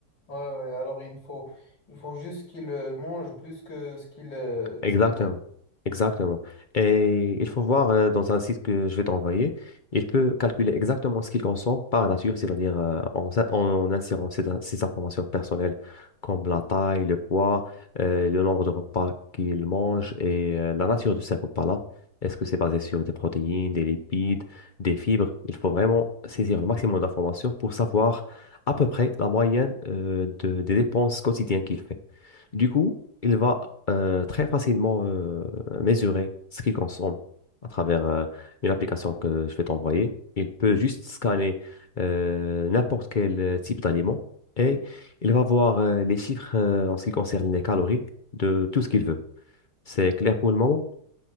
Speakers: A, on the left; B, on the left.
A: ouais, ouais. alors il faut, il faut juste qu'il euh, mange plus que ce qu'il euh,
B: Exactement,
A: ce qu'il
B: exactement. Et il faut voir euh, dans un site que je vais t'envoyer, il peut calculer exactement ce qu'il consomme par nature, c'est-à-dire euh, en, sa- en insérant ces, ces informations personnelles comme la taille, le poids, euh, le nombre de repas qu'il mange et euh, la nature de ces repas-là. Est-ce que c'est basé sur des protéines, des lipides, des fibres? Il faut vraiment saisir le maximum d'informations pour savoir à peu près la moyenne euh, de- des dépenses quotidiennes qu'il fait. Du coup, il va euh, très facilement euh, mesurer ce qu'il consomme à travers euh, une application que je vais t'envoyer. Il peut juste scanner euh, n'importe quel euh, type d'aliment et il va voir euh, les chiffres euh, en ce qui concerne les calories de tout ce qu'il veut. C'est clair pour le moment?